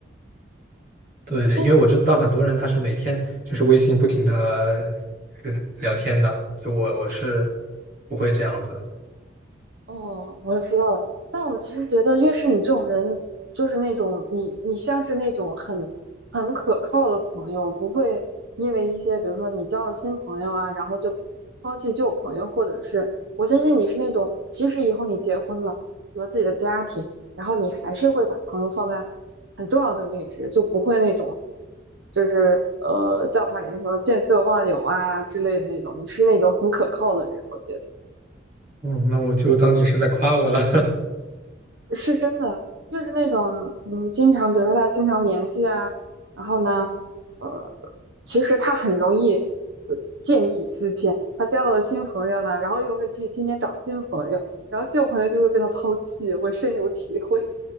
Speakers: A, on the right; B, on the right.
A: 对，
B: <laughs>
A: 因为我知道很多人他是每天就是微信不停的聊天的，就我我是不会这样子。
B: 哦，我知道了。但我其实觉得，越是你这种人，就是那种你，你像是那种很很可靠的朋友，不会因为一些，比如说你交了新朋友啊，然后就抛弃旧朋友，或者是我相信你是那种，即使以后你结婚了，有了自己的家庭，然后你还是会把朋友放在很重要的位置，就不会那种，就是呃，笑话里那什么见色忘友啊之类的那种，你是那种很可靠的人，我觉得。
A: 嗯，那我就当你是在夸我了。
B: 是真的，越是那种嗯，经常比如说他经常联系啊，然后呢，呃，其实他很容易呃见异思迁。他交到了新朋友呢，然后又会去天天找新朋友，然后旧朋友就会被他抛弃，我深有体会。